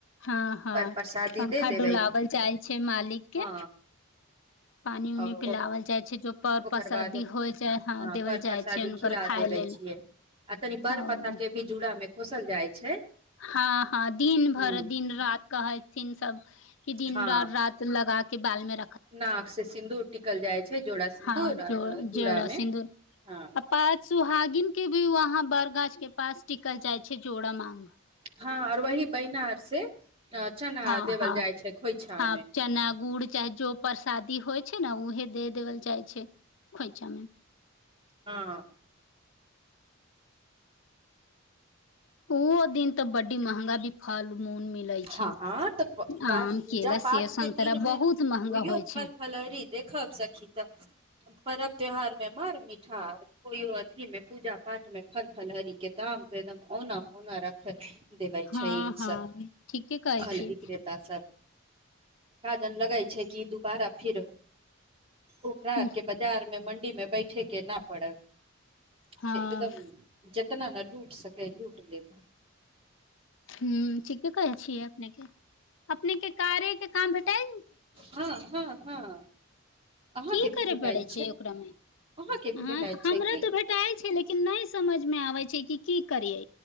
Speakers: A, on the left; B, on the right.
A: हँ हँ
B: पर परसादी
A: पंखा
B: दे देबै
A: डुलावल जाइ छै मालिक
B: हँ
A: के पानि उनी
B: आ
A: पिलओल
B: ओ
A: जाइ छै जो पर
B: ओकर
A: पसरदी
B: बाद ह
A: होइ जाइ हँ देवल
B: पर
A: जाइ
B: प्रसादी
A: छै हुनकर
B: खिला
A: खाय
B: देबे
A: लेल
B: छियै आ तनि बर
A: हँ
B: पत्ता के भी जुड़ा मेमे खोसल जाइ छै
A: हँ हँ दिन भरि
B: ह
A: दिन राति कहेथिन सब कि दिन
B: हँ
A: र रति लगााक के बालमे
B: नाक से सिन्दूर टिकल जाइ छै जूड़ा सिन्दूर
A: हँ जो
B: आर जोड़ामे
A: जेड़ा सिन्दूर
B: हँ
A: आ पात सुहागिन के भी वहां बड़गाछ के पास टिकल जाय छै जोड़ा माग
B: हँ आर वही बैनर से चना
A: हँ
B: देवल
A: हँ
B: जाइ छै खोइछा
A: हँ
B: में
A: चना गुड़ चाहे जो परसादी होइ छै ने ओ दे देवल जाइ छै खोइछामे
B: हँ
A: ओहो दिन तऽ बड़ी महंगा भी फल मूल मिलै
B: ह
A: छै
B: तऽ
A: आम
B: पूजा
A: केला सेब
B: पाठ
A: संतरा
B: के दिनमे
A: बहुत महंगा
B: ओहियो
A: होइ छै
B: फल फलहरी देखब सखी त परब त्योहार मे मर मिठा कोइो अथी मे पूजा पाठ मे फल फलहारी के आ दाम त एकदम औना पौना रखत देबय
A: हँ
B: छै सब
A: हँ ठीके कहै
B: फल
A: छियै
B: बिकलेता सब खाजन लगा छै कि दुबारा फेर ओखरा
A: हूँ
B: आर के बाजार में मंडी मे बै छै के न पड़ै
A: हँ
B: से एकदम कतना ने लूट सकेै लूट लेत
A: ह ठीके कहै छिय अपने के अपने के कार्यके काम भेटाए
B: हँ हँ हँ अहाँके
A: की
B: भी
A: करे
B: भेटायल
A: पड़ै छै ओकरामे
B: अहाँके भी
A: ह
B: भेटायल छै
A: हमरा
B: की
A: तऽ भेटाल छै लेकिन नहि समझमे आबै छै क की करियै